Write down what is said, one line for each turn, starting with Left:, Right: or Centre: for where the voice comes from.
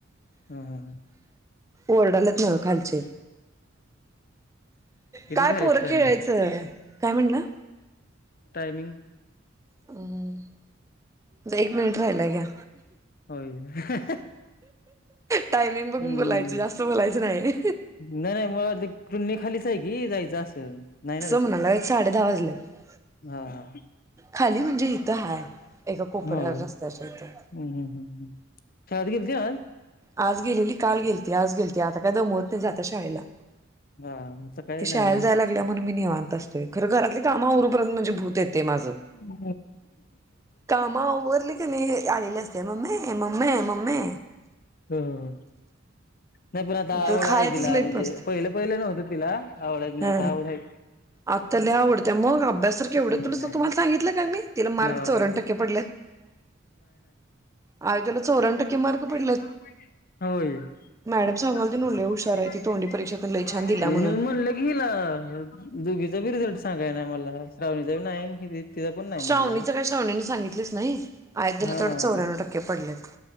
Left: हम्म हम्म.
Right: ओरडालेत. ह. खालचे.
Left: किती
Right: काय
Left: झाले
Right: पोरं
Left: टायमिंग
Right: खेळायचं काय म्हणला?
Left: टायमिंग
Right: हम्म एक मिनिट राहिलाय घ्या.
Left: होय.
Right: टायमिंग बघून
Left: हम्म.
Right: बोलायचं जास्त बोलायचं नाही
Left: नाही नाही मला ते <unintelligible> <unintelligible> ही जायचं असेल नाही ना तसं?
Right: म्हणाला साडे दहा वाजलेत
Left: हा
Right: खाली म्हणजे हिथं हाय. एका कोपऱ्यावर
Left: होय
Right: रस्त्याच्या हिथं.
Left: हम्म हम्म हम्म शाळेत गेलती आज?
Right: आज गेलेली, काल गेलती, आज गेलती आता काय <unintelligible> नाही आता शाळेला.
Left: हा आता काय
Right: ती शाळंला
Left: नाही
Right: जायला लागलिया म्हणून मी निेवांत. खरं घरातली कामं उरूपर्यंत म्हणजे भूत येतंय माझं.
Left: हो
Right: कामा आवरली की नै आलेल्या हे मम्मे हे मम्मे मम्मे
Left: हम्म नाही पण आता
Right: तर
Left: आवड
Right: खायचंच
Left: आहे तिला
Right: लईप
Left: म्हणजे
Right: असते
Left: पहिलं पहिलं नव्हतं तिला आवडायचं ना
Right: हा
Left: आता आवडाय
Right: आत्ता लै आवडत्या मग अभ्यास तर केवढं
Left: हम्म
Right: <unintelligible> तुम्हाला सांगितलं का मी तिला मार्क
Left: हो
Right: चौऱ्यान्न टक्के पडलेत? <unintelligible> चौऱ्यान्न टक्के
Left: वीस
Right: मार्क पडलेत.
Left: हजार रुपये गेले. होय <unintelligible> हजार
Right: मॅडम सांगाल ती लय हुशार
Left: रुपयांची
Right: आहे
Left: गाडी
Right: ती तोंडी
Left: घेतलेली.
Right: परीक्षातून लय छान दिल्या म्हणून.
Left: म म्हणलं घील आ दोघी <unintelligible> रिझल्ट सांगाय ना मला श्रावणीचाबी नाई अन ही बी तिचा पण नाही
Right: श्रावणीचं
Left: म्हणलं
Right: काय श्रावणीने सांगितलेच नाही <unintelligible> ला तेवढं
Left: हा
Right: चौऱ्याण्णव टक्के पडलेत.